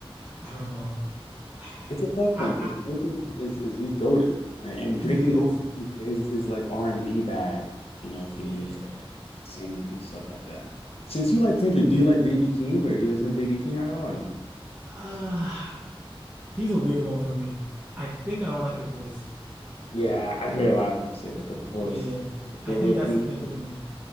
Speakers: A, on the right; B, on the left.
A: I don't know. <sighs>
B: It's a tough
A: I
B: one because
A: I
B: Drake is, is is he's goaded, and
A: he
B: Drake can
A: is
B: go his his like R and B bag, you know,
A: yeah.
B: if he needs
A: <sighs>
B: singing and stuff like that. Since you like Kendrick, do you like Baby Keem or do you listen to Baby Keem at all or no?
A: Uh, he's a weird one for me. I think I don't like his voice.
B: Yeah, I hear a lot of people say like the voice
A: Yeah. I
B: with
A: think that's
B: me.
A: the thing for me.